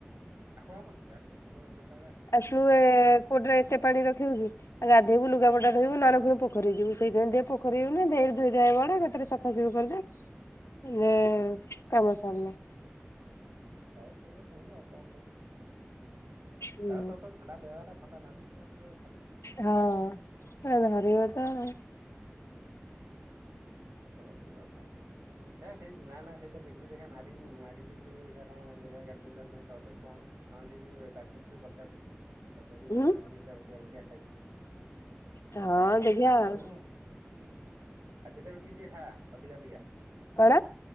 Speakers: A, on the right; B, on the left.
A: ଆଉ କଣ କରିବୁ ଆ <unintelligible> ବେଳେବେଳେ ଆସୁଛି।
B: ଆଉ ତୁ କୋଉଠୁରେ ଏତେ ପାଣି ରଖିବୁ କି ଗାଧେଇବୁ,
A: ହୁଁ
B: ଲୁଗାପଟା ଧୋଇବୁ ନହେଲେ ପୁଣି ପୋଖରୀ ଯିବୁ ସେଇଥିପାଇଁ ପୋଖରିକୁ ଗଲି ଏଠି ଧୋଇଦ୍ଧାଇ ହେଇ ପଡିବୀ ସଫାସଫା କରିଦେ। ହେଁ
A: ହୁଁ
B: କାମସରିଲା।
A: ହଉ ସେ ହଉ ଆଉ କଣ କରିବୁ।
B: ହୁଁ
A: ତାପରେ ତୋର ତ ଥଣ୍ଡା ଦେହତା ଥଣ୍ଡା ଧରିବ ତୋ ଦେହରେ।
B: ହଁ ଏ ଧରିବ ତ
A: ହଁ ଧରୁ ଆଉ କଣ କରିବା ଦେଖିଆ ସେଇ ନା ନା ସେଇଟା ଦେଖି ଦେଖ ମାରିବୁ ମାରିକି ୟୁ ଟିବୁ ରେ ଦେଖିବା କଣ ଦେଖିଆ କାଲସିୟମ୍ ଫ୍ୟାଲିସିୟ ସଟ କି କଣ ହଁ ସେଇ ଡାକ୍ତର କୁ ଟିକେ ପଚାରିଥିବୁ। ପଚାରିକି ନ
B: ହୁଁ
A: ହେଲେ ଆଣିବୁ ଦିଟା ବଟିକା ଫଟିକା ଖାଇବି।
B: ହଁ
A: ଖାଇକି ଟିକେ
B: ଦେଖିଆ
A: ଫିଟ ଫାଟ
B: ଆଉ
A: ରହିବୁ ହୁଁ। ଖାଦ୍ୟ ଟା ବି ଟିକେ ଟିକେ ଖା ଅଧିକା ଅଧିକା
B: କଣ